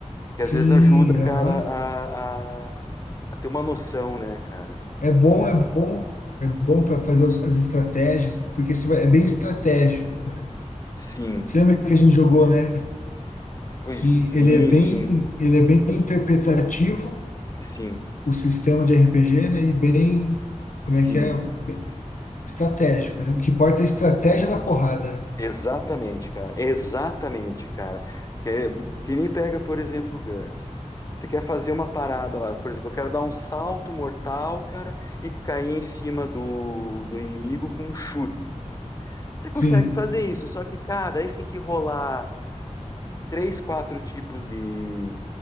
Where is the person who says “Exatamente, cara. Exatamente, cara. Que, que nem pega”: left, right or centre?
Left